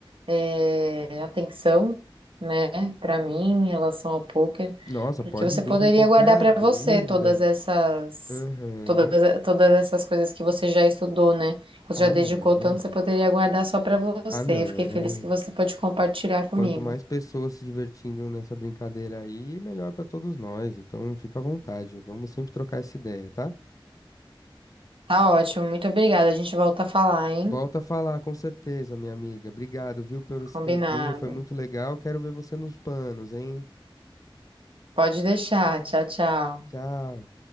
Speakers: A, on the right (about 75°); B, on the left (about 40°).
A: eh, atenção, né, para mim em relação ao poker,
B: Nossa,
A: porque
B: pode
A: você
B: vir
A: poderia
B: com qualquer
A: guardar
B: a
A: para
B: dúvida.
A: você todas essas
B: Aham.
A: todas, todas essas coisas que você já estudou, né, que você
B: Ah,
A: já dedicou
B: não.
A: tanto, você poderia guardar só para você.
B: Ah, não.
A: Eu fiquei feliz que você pode compartilhar comigo.
B: Quanto mais pessoas se divertindo nessa brincadeira aí, melhor pra todos nós. Então, fica à vontade. Vamos sempre trocar essa ideia, tá?
A: Tá ótimo, muito obrigada. A gente volta a falar, hein?
B: Volta a falar, com certeza, minha amiga. Obrigado, viu, por esse
A: Combinado.
B: tempinho. Foi muito legal. Quero ver você nos panos, hein?
A: Pode deixar. Tchau, tchau.
B: Tchau.